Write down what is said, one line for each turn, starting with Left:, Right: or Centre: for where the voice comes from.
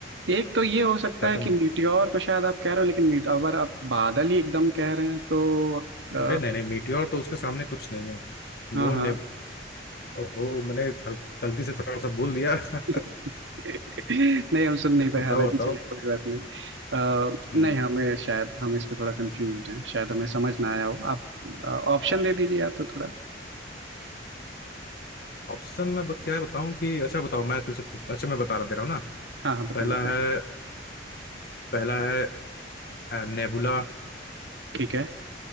Right: एक तो ये हो सकता
Left: क्या
Right: है
Left: तुम
Right: कि मीटियोर को शायद आप कह रहे हो लेकिन मीट अगर आप बादल ही एकदम कह रहे हैं तो अ,
Left: अरे नहीं नहीं मीटियोर तो उसके सामने कुछ नहीं है
Right: हाँ
Left: वो
Right: हाँ
Left: ने वो मैंने गल- गलती से थोड़ा सा बोल दिया <laughs>
Right: <laughs> नहीं हम सुन नहीं पाए
Left: बताओ
Right: हालांकि
Left: बताओ
Right: चलिए कोई बात नहीं अ,
Left: हम्म
Right: नहीं हमें शायद हम इस पे थोड़ा कंफ्यूज हैं शायद हमें समझ ना आया हो आप ऑप्शन दे दीजिए या तो थोड़ा
Left: ऑप्शन में ब- क्या बताऊं कि अच्छा बताओ मैं तुझसे पूछता अच्छा मैं बता रहा दे रहा हूँ ना
Right: हाँ हाँ बताइए
Left: पहला
Right: बताइए
Left: है
Right: कोई
Left: पहला है अ, नेबुला
Right: ठीक है